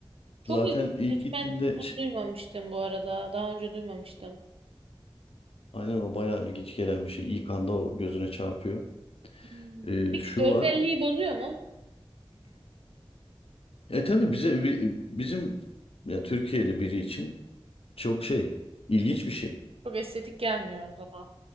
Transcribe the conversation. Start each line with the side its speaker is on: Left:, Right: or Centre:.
Right: Çok
Left: Zaten
Right: ilginç.
Left: ilk
Right: Hiç
Left: gittiğimde
Right: ben bunu duymamıştım bu arada. Daha önce duymamıştım.
Left: Aynen o bayağı ilginç gelen bir şey. İlk anda o gözüne çarpıyor.
Right: Hmm.
Left: Ee,
Right: Peki
Left: şu
Right: görselliği
Left: var.
Right: bozuyor mu?
Left: E tabii bize bi- bizim ya Türkiye'li biri için çok şey ilginç bir şey.
Right: Çok estetik gelmiyor o zaman.